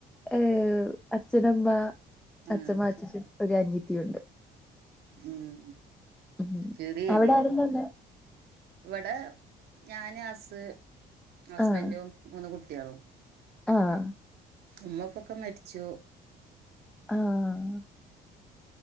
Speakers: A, in the centre; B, on the right (about 70°).
A: ഏഹ് അച്ഛന അമ്മ
B: ആഹ്
A: അച്ഛമ്മ അച്ചച്ചൻ ഒരു അനുയത്തിയുണ്ട്
B: ഉം
A: ഉം
B: ചിറി
A: അവിടെ
B: വരാ.
A: ആരുല്ലല്ലോ
B: വടെ ഞാന് അസ് ഹസ്ബൻഡും
A: ആഹ്
B: മൂന്ന് കുട്ട്യേളും
A: ആഹ്
B: ഉമ്മ ഉപ്പൊക്കെ മര്ച്ചു.
A: ആഹ്